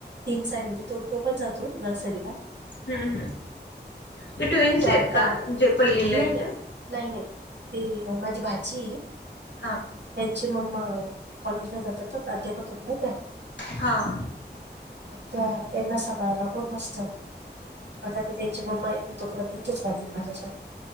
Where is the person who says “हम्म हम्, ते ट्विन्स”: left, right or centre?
Left